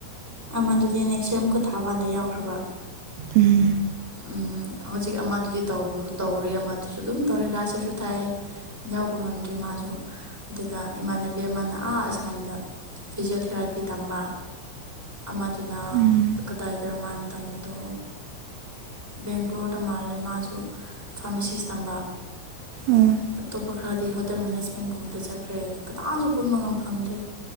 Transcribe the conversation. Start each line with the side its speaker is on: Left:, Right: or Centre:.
Centre: ꯑꯃ ꯑꯗꯨꯗꯤ ꯅꯦꯛꯁ ꯌꯔꯨꯛ ꯀꯊꯥꯕꯥꯥꯟꯗ ꯌꯥꯎꯈ꯭ꯔꯕ
Right: ꯎꯝ
Centre: ꯎꯝ ꯍꯧꯖꯤꯛ ꯑꯃꯗꯨꯗꯤ ꯇꯧꯕ ꯇꯧꯔꯤ ꯑꯃꯗꯨꯁꯨ ꯑꯗꯨꯝ ꯇꯧꯔꯤ ꯂꯥꯁ ꯍꯥꯏꯁꯨ ꯊꯥꯏ ꯌꯥꯎꯕ ꯉꯝꯗ꯭ꯦ ꯃꯥꯁꯨ ꯑꯗꯨꯒ ꯏꯃꯥꯟꯅꯕꯤ ꯑꯃꯅ ꯑꯥ ꯑꯁꯥꯝꯗ ꯐꯤꯖꯤꯣꯊꯦꯔꯥꯄꯤ ꯇꯝꯕ ꯑꯃꯗꯨꯅ
Right: ꯎꯝ
Centre: ꯀꯗꯥꯏꯗ ꯃꯥꯥꯟꯅ ꯇꯝꯕꯗꯣ ꯕꯦꯡꯒ꯭ꯂꯣꯔꯗ ꯃꯥꯜꯂꯦ ꯃꯥꯁꯨ ꯐꯥꯔꯃꯥꯁꯤꯁ ꯇꯝꯕ
Right: ꯎꯝ ꯑꯣ
Centre: ꯑꯇꯣꯞꯄ ꯈꯔꯗꯤ ꯍꯣꯇꯦꯜ ꯃꯦꯅꯦꯖ ꯒꯨꯝꯕꯗ ꯆꯠꯈ꯭ꯔꯦ ꯀꯅꯥꯁꯨ ꯄꯨꯟꯕ ꯉꯝ ꯐꯪꯗ꯭ꯔꯦ